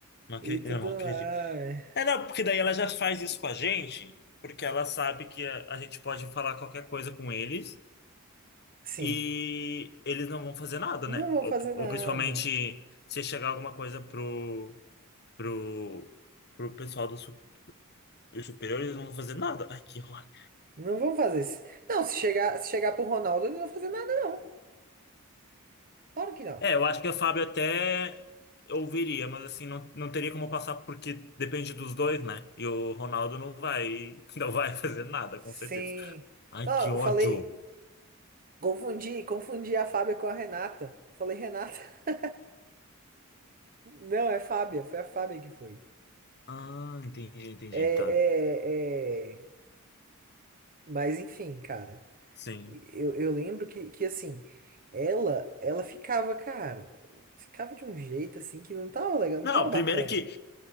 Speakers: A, on the left; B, on the right.
A: Não acre-
B: e tudo
A: Eu não acredito.
B: mais.
A: É, não, porque daí ela já faz isso com a gente, porque ela sabe que a, a gente pode falar qualquer coisa com eles.
B: Sim,
A: e eles não vão fazer nada,
B: não
A: né?
B: vou
A: Ou,
B: fazer
A: ou
B: nada.
A: principalmente se chegar alguma coisa pro, pro, pro pessoal do, su- do superior, eles não vão fazer nada. Ai, que ódio.
B: Não vão fazer isso. Não, se chegar, se chegar pro Ronaldo, eles não vão fazer nada, não. Claro que não.
A: É, eu acho que a Fábio até ouviria, mas assim, não, não teria como passar porque depende dos dois, né? E o Ronaldo não vai, <laughs> não vai fazer nada,
B: Sim.
A: com certeza. Ai,
B: Não,
A: que ódio.
B: eu falei, confundi, confundi a Fábia com a Renata. Falei, Renata. <laughs> Não, é Fábia, foi a Fábia que foi.
A: Ah, entendi, entendi,
B: É, é,
A: tá.
B: é... Mas enfim, cara,
A: Sim.
B: eu, eu lembro que, que assim, ela ela ficava, cara, ficava de um jeito assim que não tava legal, não
A: Não,
B: tava bacana.
A: primeiro que